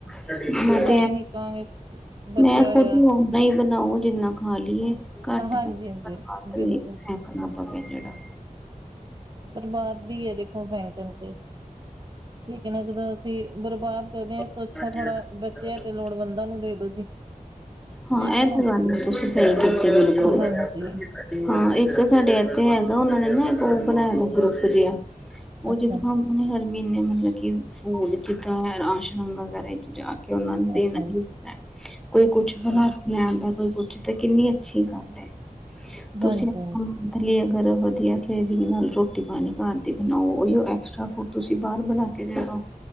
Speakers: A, in the centre; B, on the right.
A: ਕਿ ਮੈਂ
B: ਚਲੋ
A: ਤੇ ਐਹ,
B: ਇਹੀ ਕਹਾਂਗੇ ਬਚਿਆ
A: ਮੈਂ
B: ਹੋਇਆ
A: ਖੁਦ ਨੂੰ ਓਹ ਓਨਾ ਈ ਬਣਾਓ ਜਿੰਨਾ ਖਾ ਲਈਏ, ਘੱਟ
B: ਹਾਂਜੀ
A: ਪਵੇ
B: ਹਾਂਜੀ
A: <inaudible>
B: ਬਿਲਕੁਲ
A: ਜਿਹੜਾ
B: ਜੀ
A: ਫੈਂਕਣਾ ਪਵੇ ਜਿਹੜਾ।
B: ਬਰਬਾਦੀ ਹੈ ਦੇਖੋ ਫੈਂਕਣ ਚ, ਠੀਕ ਹੈ ਨਾ ਜਦੋਂ ਅਸੀਂ ਬਰਬਾਦ ਕਰਦੇ ਐਂ, ਇਸ ਤੋਂ
A: ਹਾਂ
B: ਅੱਛਾ ਥੋੜਾ ਬੱਚਿਆ ਤੇ ਲੋੜਵੰਦਾਂ ਨੂੰ ਦੇ ਦੋ ਜੀ।
A: ਹਾਂ
B: ਠੀਕ
A: ਇਹ
B: ਹੈ ਨਾ
A: ਕੋਈ ਗੱਲ ਨੀ, ਤੁਸੀਂ ਸਹੀ ਕੀਤੀ ਬਿਲਕੁਲ।
B: ਹਾਂਜੀ
A: ਹਾਂ, ਇੱਕ ਸਾਡੇ ਇੱਥੇ ਹੈਗਾ ਉਹਨਾਂ ਨੇ ਨਾ ਇੱਕ ਉਹ ਬਣਾਇਆ ਗਰੁੱਪ ਜਿਹਾ, ਉਹ
B: ਅੱਛਾ
A: ਜਿੱਦੋਂ‌
B: ਜੀ
A: ਹਾਂ ਉਹਨਾਂ ਨੇ ਹਰ ਮਹੀਨੇ ਮਤਲਬ ਕਿ ਫੂਡ ਜਿੱਦਾਂ ਐ, ਰਾਸ਼ਨ ਵਗੈਰਾ ਇਹ ਚੀਜ਼ਾਂ ਕਿ ਉਹਨਾਂ ਨੂੰ ਦੇਣਾ
B: ਅੱਛਾ ਜੀ
A: ਹੀ ਦੇਣਾ, ਕੋਈ ਕੁ
B: ਠੀਕ,
A: ਮੈਮ ਦਾ ਕੋਈ ਪੁੱਛੋ ਕਿ ਕਿੰਨੀ ਅੱਛੀ ਗੱਲ ਐ, ਤੁਸੀਂ
B: ਹਾਂਜੀ ਹਾਂਜੀ
A: ਹੂੰ ਲਈ ਅਗਰ ਵਧੀਆ ਸੇਵਿੰਗ ਨਾਲ ਰੋਟੀ ਪਾਣੀ ਘਰ ਦੀ ਬਣਾਓ, ਉਹੀਓ ਐਕਸਟਰਾ ਫੂਡ ਤੁਸੀਂ ਬਾਹਰ ਬਣਾ ਕੇ ਦੇ ਦੋ।